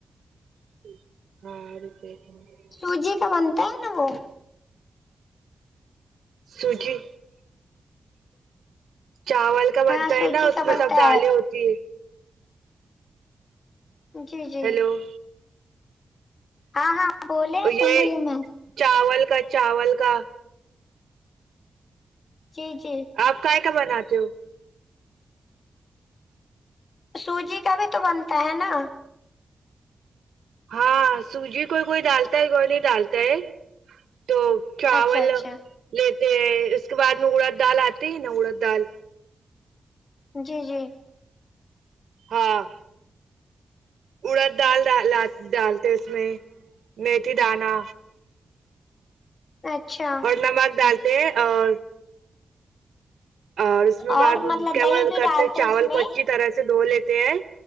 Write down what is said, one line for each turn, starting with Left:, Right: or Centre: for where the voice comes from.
Right: ہاں <unintelligible>
Left: سوجی کا بنتا ہے نا وہ
Right: سوجی چاول کا بنتا
Left: ہاں سوجی
Right: ہے نا اس
Left: کا
Right: میں
Left: بنتا
Right: سب دالیں ہوتی ہے
Left: جی جی
Right: ہیلو
Left: ہاں ہاں بولے
Right: یہ
Left: سن رہی ہوں میں
Right: چاول کا چاول کا
Left: جی جی
Right: آپ کائے کا بناتے ہو
Left: سوجی کا بھی تو بنتا ہے نا
Right: ہاں سوجی کوئی کوئی ڈالتا ہے کوئی نہیں ڈالتا ہے تو چاول
Left: اچھا اچھا
Right: لیتے ہیں اس کے بعد ن اڑد دال آتی ہے نا اڑد دال
Left: جی جی
Right: ہاں اڑد دال لا ڈالتے اس میں میتھی دانا
Left: اچھا
Right: اور نمک ڈالتے اور اور اس میں
Left: اور
Right: بعد
Left: مطلب
Right: کیا
Left: دہی
Right: بول
Left: بھی
Right: کرتے
Left: ڈالتے
Right: چاول
Left: اس میں
Right: کو اچھی طرح سے دھو لیتے ہیں